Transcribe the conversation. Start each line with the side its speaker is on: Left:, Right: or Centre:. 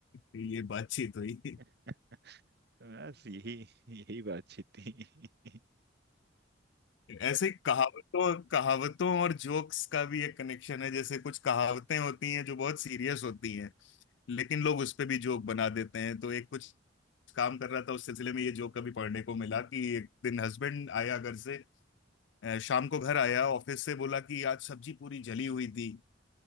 Left: ये बातचीत हुई
Right: <laughs> बस यही यही बातचीत थी <laughs>
Left: ऐसे ही कहावतों कहावतों और जोक्स का भी एक कनेक्शन है जैसे कुछ कहावतें होती हैं जो बहुत सीरियस होती हैं लेकिन लोग उस पे भी जोक बना देते हैं तो एक कुछ काम कर रहा था उस सिलसिले में ये जोक कभी पढ़ने को मिला कि एक दिन हस्बैंड आया घर से अ, शाम को घर आया ऑफिस से बोला कि आज सब्जी पूरी जली हुई थी